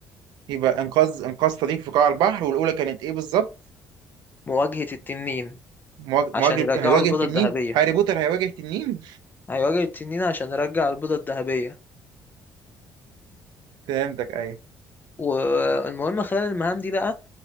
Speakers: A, on the right; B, on the left.
A: يبقى انقاذ انقاذ صديق في قاع البحر والاولى كانت ايه بالظبط
B: مواجهة التنين
A: مواج-
B: عشان
A: مواجهه
B: يرجعوا
A: هيواجه
B: البيضة
A: تنين
B: الذهبية
A: هاري بوتر هيواجه تنين
B: هيواجه التنين عشان يرجع البيضة الذهبية
A: فهمتك ايوه
B: والمهم خلال المهام دي بقى